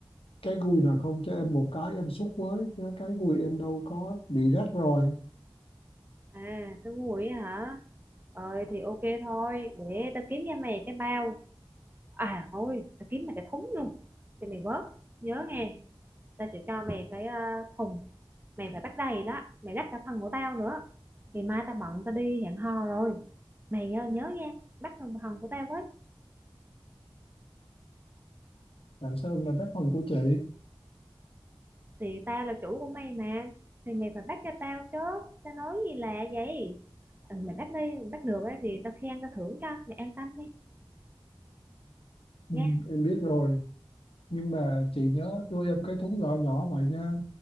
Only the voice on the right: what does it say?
à tôi ngu vậy hả ờ thì ok thôi để tao kiếm cho mày cái bao à thôi tao kiếm mày cái thúng luôn thì mày vớt nhớ nghe tao sẽ cho mày cái ờ, thùng mày phải bắt đầy đó mày đắp cả phần của tao nữa ngày mai tao bận tao đi hẹn hò rồi mày nhớ, nhớ nghe bắt phần của tao với
thì tao là chủ của mày mà thì mày phải bắt cho tao chứ tao nói gì lạ vậy ừ, mày bắt đi mày bắt được á thì tao khen tao thưởng cho mày an tâm đi
nha